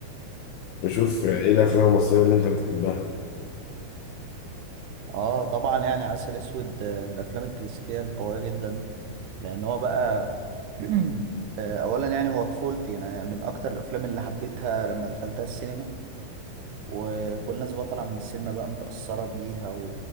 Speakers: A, on the left; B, on the right.
A: واشوف ايه الافلام المصريه اللي انت بتحبها
B: اه طبعا يعني عسل اسود آه، من الافلام الكلاسيكيه القويه جدا لان هو بقى <clears throat> آه، اولا يعني هو طفولتي انا من اكتر الافلام اللي حبيتها لما دخلتها السينما وكل الناس بقى طالعه من السينما بقى متاثره بيها